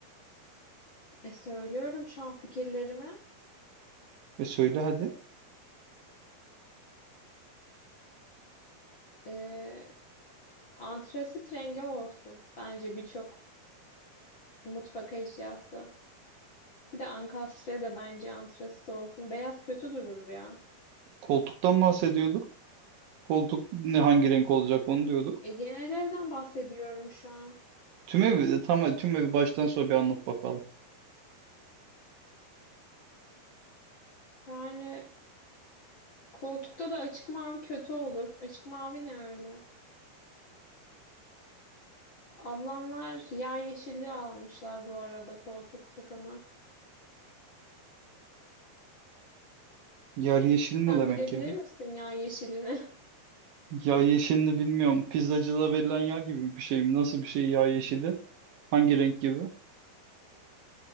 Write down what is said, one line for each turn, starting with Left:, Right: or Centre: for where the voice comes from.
Left: Ee, e, söylüyorum şu an fikirlerimi.
Right: E söyle hadi.
Left: Ee, antrasit rengi olsun. Bence birçok mutfak eşyası. Bir de ankastre de bence antrasit olsun. Beyaz kötü durur ya.
Right: Koltuktan bahsediyorduk. Koltuk ne hangi renk olacak onu diyorduk.
Left: E, genel evden bahsediyorum şu an.
Right: Tüm evi tam tüm evi baştan sona bir anlat bakalım.
Left: Yani koltukta da açık mavi kötü olur. Açık mavi ne öyle? Ablamlar yağ yeşili almışlar bu arada koltuk takımı.
Right: Yer yeşil ne
Left: Sen
Right: demek
Left: bilebilir
Right: ya?
Left: misin yağ yeşilini?
Right: Yağ yeşilini bilmiyorum. Pizzacıda verilen yağ gibi bir şey mi? Nasıl bir şey yağ yeşili? Hangi renk gibi?